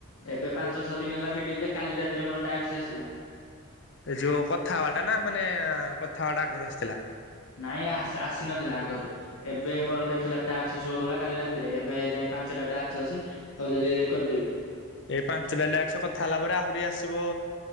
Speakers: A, on the left (about 80°); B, on the left (about 55°).
A: ଏବେ ପାଞ୍ଚ ଛଅ ଦିନ ହେଲା ଫିଟିଛି କାଲି ରାତିରେ ମୋର ଟକ୍ସ ଆସିଲା।
B: ଏ ଯୋଉ କଥା ହବା ଟା ନା ମାନେ କଥା ହୱବା ଟା ଆଗରୁ ଆସିଥିଲା?
A: ନାଇଁ ଆସି ନଥିଲା ଆଗରୁ ଏବେ ମୋର ଦେଖିଲା ଟକ୍େଷଗଲା କାଲି ରାତିରେ ଏବେ ପାଞ୍ଚ ଟା ଟା ଆ ଆ ହଉ ଯି କରିଦେବି।
B: ଏଇ ପାଞ୍ଚଟା ଡାକସ କଥା ହେଲା ପରେ ଆହୁରି ଆସିବ